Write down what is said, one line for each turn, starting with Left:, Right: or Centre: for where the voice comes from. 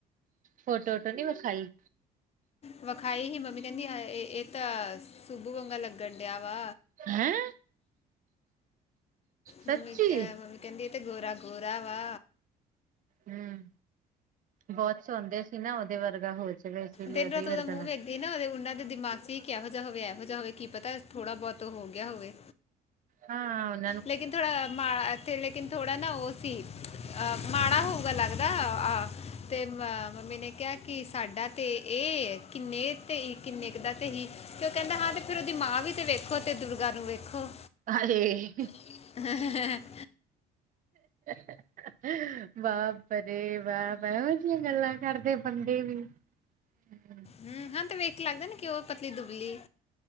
Right: ਫੋਟੋ <unintelligible> ਨੀ ਵਸਾਈ
Left: ਵਿਖਾਈ ਹੀ ਮੰਮੀ ਕਹਿੰਦੀ ਇਹ ਤਾਂ ਸੂਬੂ ਵੰਗਾ ਲੱਗਣ ਡਿਆ ਵਾ,
Right: ਹੈਂ। ਸੱਚੀ
Left: ਮੰਮੀ ਅਹ ਮੰਮੀ ਕਹਿੰਦੀ ਇਹ ਤੇ ਗੋਰਾ-ਗੋਰਾ ਵਾ।
Right: ਹੂੰ ਬਹੁਤ ਚਾਹੁੰਦੇ ਸੀ, ਨਾ ਉਹਦੇ ਵਰਗਾ ਹੋ ਜਾਵੇ। ਲਈ
Left: ਦਿਨ
Right: ਉਹਦੇ
Left: ਰਾਤ
Right: ਵਰਗਾ
Left: ਉਹਦਾ ਮੂੰਹ
Right: ਲੱਗ
Left: ਵੇਖਦੀ ਨਾ ਉਹਨਾਂ ਦੇ ਦਿਮਾਗ ਚ ਇਹ ਕਿਹੋ ਜਿਹਾ ਹੋਵੇ, ਇਹੋ ਜਿਹਾ ਹੋਵੇ ਕੀ ਪਤਾ ਥੋੜਾ ਬਹੁਤ। ਤੋਂ ਹੋ ਗਿਆ ਹੋਵੇ।
Right: ਹਾਂ ਹੁਣ।
Left: ਲੇਕਿਨ ਥੋੜਾ ਮਾ ਇੱਥੇ ਲੇਕਿਨ ਥੋੜਾ ਨਾ ਉਹ ਸੀ। ਅਹ ਮਾੜਾ ਹੋਊਗਾ, ਲੱਗਦਾ ਆਹ ਤੇ ਮ ਮੰਮੀ ਨੇ ਕਿਹਾ, ਕਿ ਸਾਡਾ ਤੇ ਇਹ ਕਿੰਨੇ ਤੇ ਕਿੰਨੇ ਕੁ ਦਾ ਤੇ ਹੀ ਤੇ ਉਹ ਕਹਿੰਦਾ, ਹਾਂ ਤੇ ਫੇਰ ਉਹਦੀ ਮਾਂ ਵੀ ਤੇ ਵੇਖੋ ਤੇ ਦੁਰਗਾ ਨੂੰ ਵੇਖੋ
Right: ਹਾਏ,
Left: <inaudible>
Right: <inaudible> ਵਾਪ ਰੇ ਵਾਪ ਇਹੋ ਜਿਹੀਆਂ ਗੱਲਾਂ ਕਰਦੇ ਬੰਦੇ ਵੀ <unintelligible>
Left: ਹੂੰ ਹਾਂ ਤੇ ਵੇਖ ਕੇ ਲੱਗਦਾ ਨੀ, ਕਿ ਉਹ ਪਤਲੀ ਦੁਬਲੀ